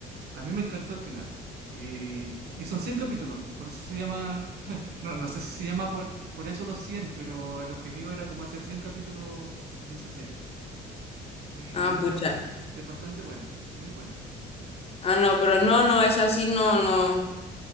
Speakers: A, on the right (about 70°); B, on the left (about 35°).
A: A mí me encantó el final. Y, y son 100 capítulos, por eso se llama... <laughs> No, no sé si se llama por, por eso los cien pero el objetivo era como hacer 100 capítulos en esa serie. Y,
B: Ah,
A: y la verdad
B: pucha.
A: eh, eh, es bastante buena, muy buena.
B: Ah, no, pero no, no, es así, no, no,